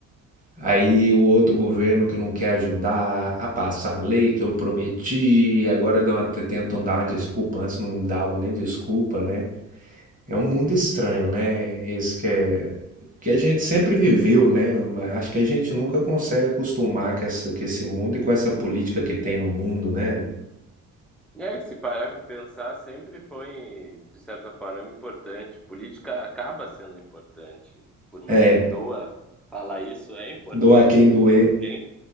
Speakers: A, on the right; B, in the centre.
A: aí o outro governo que não quer ajudar a passar a lei que eu prometi, agora dão, até tentam dar uma desculpa, antes não davam nem desculpa, né? É um mundo estranho, né? Esse que é que a gente sempre viveu, né? Mas Acho que a gente nunca consegue acostumar com essa, com esse mundo e com essa política que tem no mundo, né?
B: E aí, se parar para pensar, sempre foi, de certa forma, importante. Política acaba sendo importante. Por mais
A: É,
B: que doa falar isso, é importante,
A: doa quem
B: porque
A: doer.
B: alguém,